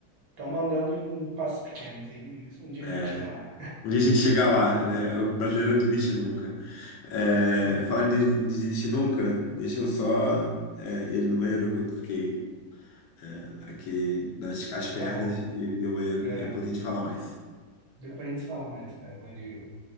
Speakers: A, on the right; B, on the left.
A: andando em passos pequenos aí mesmo. Um dia
B: É,
A: a gente chega lá.
B: um dia a gente chega lá, né? O brasileiro não desiste nunca. É,
A: Sim.
B: falar de de desistir nunca, deixa eu só é, ele no banheiro, que eu fiquei é, aqui das as pernas
A: Tá bom.
B: e vi o banheiro.
A: É,
B: E depois a gente fala mais.
A: depois a gente fala mais, cara. Valeu.